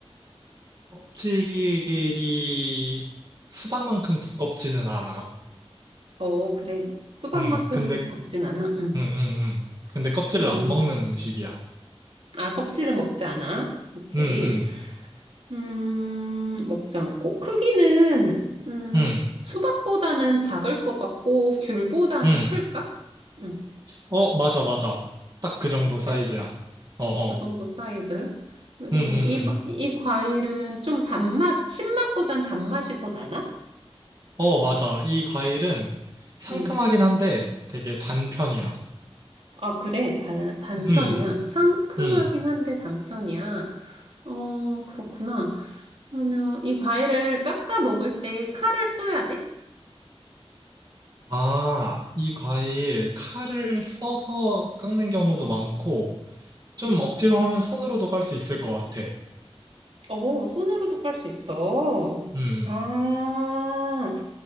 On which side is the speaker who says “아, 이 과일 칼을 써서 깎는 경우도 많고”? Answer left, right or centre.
Right